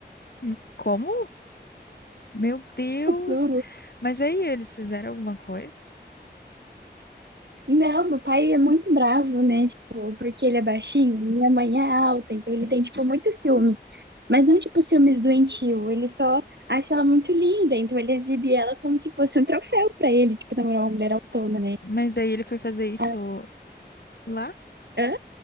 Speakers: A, on the left; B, on the right.
A: Hum, Como? Meu Deus!
B: Juro.
A: Mas aí eles fizeram alguma coisa?
B: Não, meu pai é muito bravo, né? Tipo, porque ele é baixinho, minha mãe é alta, então ele tem, tipo, muitos ciúmes. Mas não, tipo, ciúmes doentio. Ele só acha ela muito linda, então ele exibe ela como se fosse um troféu pra ele, tipo, namorar uma mulher autona, né?
A: Mas daí ele foi fazer isso
B: Ah,
A: lá?
B: hã?